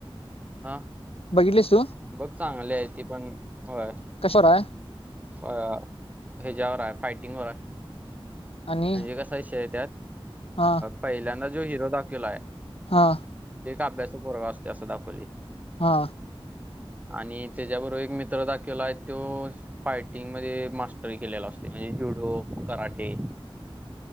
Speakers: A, on the right; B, on the left.
A: हा
B: बघितलीस तू
A: बघ चांगले आहे त पण होय
B: कशावर आहे
A: अ ह्याच्यावर आहे फाईट म्हणे
B: आणि
A: क विष त्या
B: हा
A: पहिल्यांद जो हिरो दाखवला आहे
B: हा
A: अभ्यास पोरग असते असं दाखवली
B: हा
A: आणि त्याच्याबरोबर एक मित्र दाख केला आहे तो फायटिंगमध्ये मास्टरी केलेला असते म्हणजे जुडो कराटे